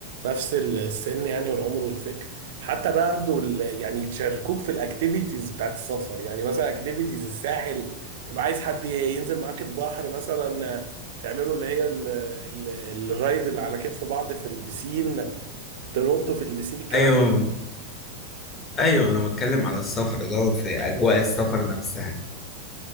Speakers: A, on the right; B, on the left.
A: نفس السن يعني والعمر والفكر حتى برضه ال- يعني يشاركوك في الاكتيفيتيز بتاعت السفر يعني مثلا اكتيفيتيز الساحل تبقى عايز حد ينزل معاك البحر مثلا تعملوا اللي هي ال- ال- الرايد اللي على كتف بعض في البسين تنطوا في البسين الكلام
B: ايوه
A: ده
B: ايوه انا بتكلم على السفر اللي هو في اجواء السفر نفسها